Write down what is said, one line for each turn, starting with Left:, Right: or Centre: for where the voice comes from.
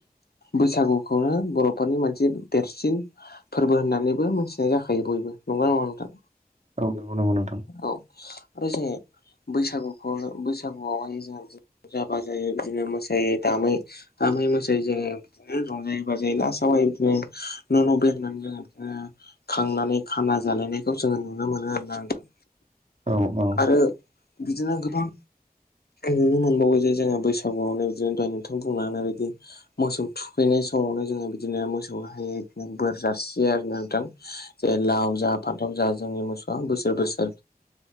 Left: बैसागुखौनो बर'फोरनि मोनसे देरसिन फोरबो होननानैबो मिथिनाय जाखायो बयबो नंगौ ना नङा नोंथां?
Right: नंगौ नंगौ नोंथां।
Left: औ आरो जोङो बैसागुखौ बैसागुआवहाय जों जाबा जायो बिदिनो मोसायो दामै मोसायै जोङो बिदिनो रंजायायोै बाजायै लास आवहाय बिदिनो न' न' बे रायनानै जोङ बिदिनो खांनानै खाना जालायनायखौ जोङो नुनो मोनो आरोना नोंथां।
Right: औ औ
Left: आरो बिदिनो गोबां नुनो मोनबावो जे जोंङो बैसागुआवनो जों दहाय नोंथां बुंलांनाय बिदि मोसौ थुखैनाय समावनो जोङो बिदिनो मोसौ हाय बिदिनो बोर जासियो आरो नोंथां जे लाव जा फान्थाव जा जोंनि मोसौआ बोसोर बोसोर